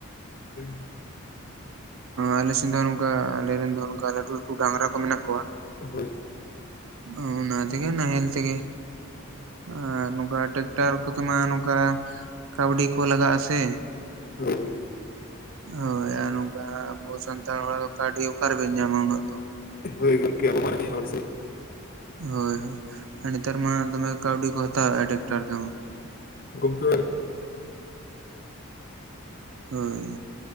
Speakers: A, on the left (about 40°); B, on the right (about 65°).
A: <unintelligible>
B: ᱟᱞᱮ ᱥᱮᱱ ᱫᱚ ᱱᱚᱝᱠᱟ ᱟᱞᱮ ᱨᱮᱱ ᱫᱚ ᱱᱚᱝᱠᱟ ᱞᱟᱹᱴᱩ ᱞᱟᱹᱴᱩ ᱰᱟᱝᱨᱟ ᱠᱚ ᱢᱮᱱᱟᱜ ᱠᱚᱣᱟ
A: ᱦᱳᱭ
B: ᱚ ᱚᱱᱟ ᱛᱮᱜᱮ ᱱᱟᱦᱮᱞ ᱛᱮᱜᱮ ᱟᱨ ᱱᱚᱝᱠᱟ ᱴᱮᱠᱴᱟᱨ ᱠᱚᱛᱮᱢᱟ ᱱᱚᱝᱠᱟ ᱠᱟᱹᱣᱰᱤ ᱠᱚ ᱞᱟᱜᱟᱜᱼᱟ ᱥᱮ
A: ᱦᱳᱭ
B: ᱦᱳᱭ ᱟᱨ ᱱᱚᱝᱠᱟ ᱟᱵᱚ ᱥᱟᱱᱛᱟᱲ ᱦᱚᱲ ᱫᱚ ᱠᱟᱣᱰᱤ ᱚᱠᱟ ᱨᱮᱵᱤᱱ ᱧᱟᱢᱟ ᱩᱱᱟᱜ ᱫᱚ
A: ᱦᱳᱭ ᱜᱚᱢᱠᱮ <unintelligible>
B: ᱦᱳᱭ ᱦᱳᱭ ᱱᱮᱛᱟᱨ ᱢᱟ ᱫᱚᱢᱮ ᱠᱟᱹᱣᱰᱤ ᱠᱚ ᱦᱟᱛᱟᱣ ᱮᱫ-ᱟ ᱴᱟᱠᱴᱟᱨ ᱛᱮᱦᱚ
A: ᱜᱚᱢᱠᱮ
B: ᱦᱳᱭ